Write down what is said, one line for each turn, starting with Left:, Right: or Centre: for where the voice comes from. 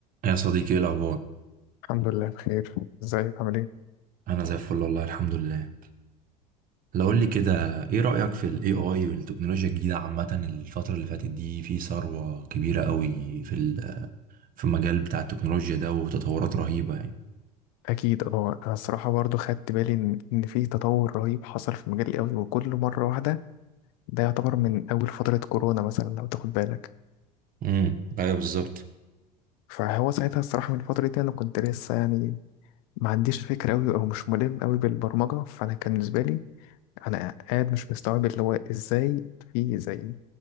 Right: يا صديقي ايه الاخبار
Left: الحمد لله بخير ازيك عامل ايه
Right: انا زي الفل والله الحمد لله لو قول لي كده ايه رايك في الاي اي والتكنولوجيا الجديده عامه الفتره اللي فاتت دي في ثروه كبيره قوي في ال- في المجال بتاع التكنولوجيا ده وتطورات رهيبه يعني
Left: اكيد اه انا الصراحه برضو خدت بالي ان ان في تطور رهيب حصل في مجال قوي وكل مره واحده ده يعتبر من اول فتره كورونا مثلا لو تاخد بالك
Right: امم ايوه بالظبط
Left: فهو ساعتها الصراحه من الفتره دي انا كنت لسه يعني ما عنديش فكره قوي او مش ملم قوي بالبرمجه فانا كان بالنسبه لي انا قاعد مش مستوعب اللي هو ازاي في زي